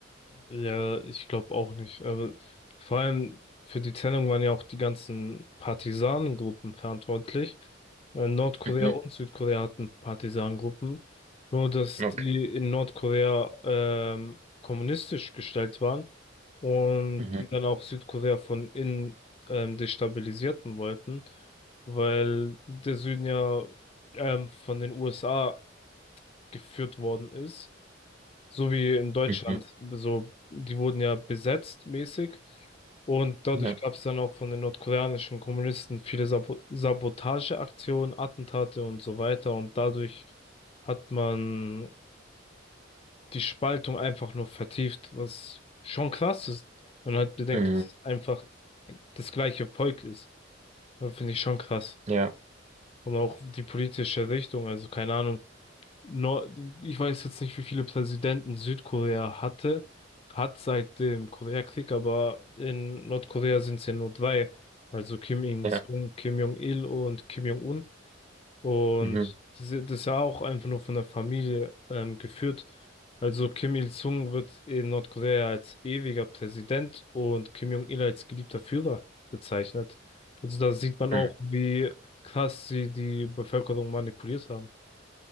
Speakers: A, on the left; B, on the right.
A: Ja, ich glaube auch nicht. Aber vor allem für die Trennung waren ja auch die ganzen Partisanengruppen verantwortlich. Äh, Nordkorea
B: Mhm.
A: und Südkorea hatten Partisanengruppen. Nur, dass
B: Okay.
A: die in Nordkorea ähm, kommunistisch gestellt waren und
B: Mhm.
A: die dann auch Südkorea von innen ähm, destabilisierten wollten, weil der Süden ja ähm, von den USA geführt worden ist. So wie in Deutschland.
B: Mhm.
A: So, die wurden ja besetzt mäßig. Und dadurch
B: Ja.
A: gab es dann auch von den nordkoreanischen Kommunisten viele Sabo Sabotageaktionen, Attentate und so weiter. Und dadurch hat man die Spaltung einfach nur vertieft, was schon krass ist. Man hat bedenkt,
B: Mhm.
A: dass es einfach das gleiche Volk ist. Das finde ich schon krass.
B: Ja.
A: Und auch die politische Richtung. Also keine Ahnung. Nor ich weiß jetzt nicht, wie viele Präsidenten Südkorea hatte, hat seit dem Koreakrieg, aber in Nordkorea sind es ja nur drei. Also Kim Il-sung,
B: Ja.
A: Kim Jong-il und Kim Jong-un. Und
B: Mhm.
A: das ist das ist ja auch einfach nur von der Familie ähm, geführt. Also Kim Il-sung wird in Nordkorea als ewiger Präsident und Kim Jong-il als geliebter Führer bezeichnet. Also da sieht man
B: Mhm.
A: auch, wie krass sie die Bevölkerung manipuliert haben.